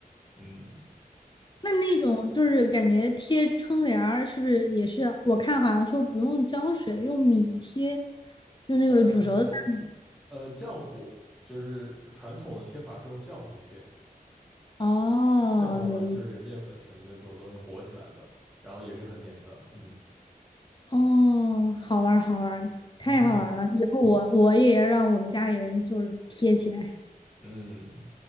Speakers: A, in the centre; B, on the left (about 30°).
A: 嗯，
B: 那那种就是感觉贴春联儿，是不是也是？我看好像说不用胶水，用米贴，用那个煮熟的大米。
A: 呃呃，浆糊就是传统的贴法是用浆糊贴，
B: 哦，
A: 浆糊好像就是面粉什么的这种东西和起来的，
B: 有意思，
A: 然后也是很粘的，嗯
B: 哦，好玩儿，好玩儿，太好玩儿了！
A: 嗯
B: 以后我我也让我们家里人就是贴起来。
A: 嗯，